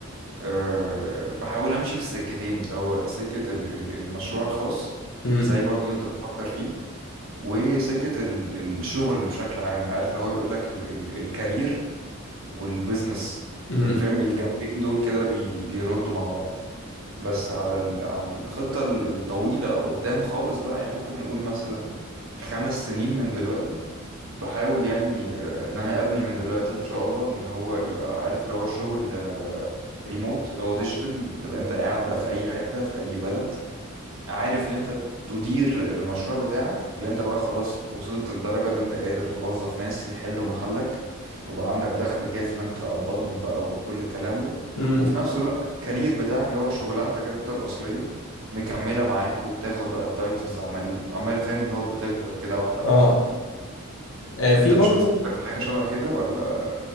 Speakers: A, on the right; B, on the left.
A: آه، بحاول امشي في السكتين اللي هو سكة ال- ال- المشروع الخاص
B: امم
A: زي برضو اللي انت بتفكر فيه وسكة ال- الشغل بشكل عام عارف اللي هو بيقول لك الكارير والبيزنس
B: امم
A: يعني فاهم الجنبين دول كده بي بيردوا مع بعض بس على ال... على الخطة ال- الطويلة قدام خالص بقى يعني ممكن نقول مثلا خمس سنين من دلوقتي بحاول يعني آه، ان انا ابني من دلوقتي ان شاء الله ان هو يبقى عارف لو هو شغل ريموت لو هو ديجيتال بتبقى انت قاعد بقى في اي حتة في اي بلد عارف اللي انت تدير المشروع بتاعك اللي انت بقى خلاص وصلت لدرجة اللي انت قادر توظف ناس يحلوا محلك وبقى عندك دخل كافي انك تقبضهم بقى وكل الكلام ده
B: امم
A: وفي نفس الوقت الكارير بتاعك اللي هو شغلانتك انت الأصلية مكملة معاك وبتاخد بقى التايتلز عمال عمال فاهم اللي هو بتكبر كده واحدة
B: اه
A: واحدة
B: آه، في
A: انت
B: برضه
A: مش بتفكر في حاجة شبه كده ولا